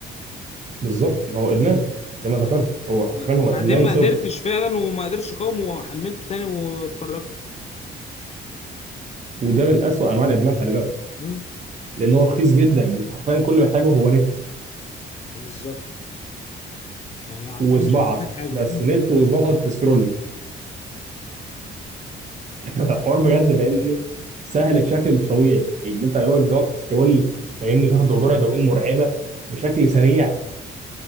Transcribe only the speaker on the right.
بالظبط ما هو ادمان زي ما ذكرت
هو
عارفين هو
ادمان
صرف
وده من أسوأ أنواع الإدمان خلي بالك
لأن هو رخيص جدا أنت حرفيا كل محتاجه هو نت
وصباعك
بس
نت وصباعك تسكرول <laughs> حوار بجد فاهمني سهل بشكل مش طبيعي إن أنت دلوقتي بتقعد تسكرول فاهمني تاخد جرعة دوبامين مرعبة بشكل سريع